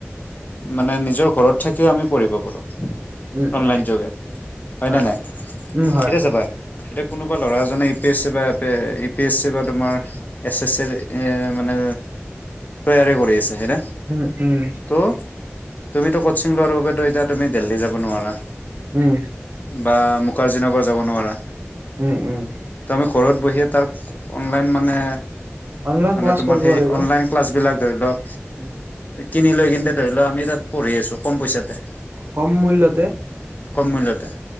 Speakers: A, on the left (about 40°); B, on the right (about 50°).
A: মানে নিজৰ ঘৰত থাকিও আমি পঢ়িব পাৰো
B: উম
A: অনলাইন
B: উম
A: যোগে হয়নে
B: হয়
A: নাই।
B: উম হয়
A: এতিয়া
B: হয়
A: চাবা এতিয়া কোনোবা ল'ৰা এজনে এ, পি, এছ, চি, বা ইউ, পি, এছ, চি বা তোমাৰ। এছ এছ চিৰ এ মানে তৈয়াৰ কৰি আছে হয় না।
B: উম উম।
A: ত' তুমিটো কোচিং লোৱাৰ বাবেতো এতিয়া তুমি দেলহী যাব নোৱাৰা।
B: উম।
A: বা মুখাৰ্জী নগৰ যাব নোৱাৰা।
B: উম উম।
A: ত আমি ঘৰত বহিয়ে তাৰ অনলাইন মানে
B: অনলাইন
A: মানে
B: ক্লাছ
A: তোমাৰ
B: কৰিব
A: সেই
B: পাৰিব
A: অনলাইন। ক্লাছবিলাক ধৰি ল।
B: উম।
A: কিনি লৈ কিন্তু ধৰি লও আমি তাত পঢ়ি আছোঁ কম পইচাতে।
B: কম মূল্যতে।
A: কম মূল্যতে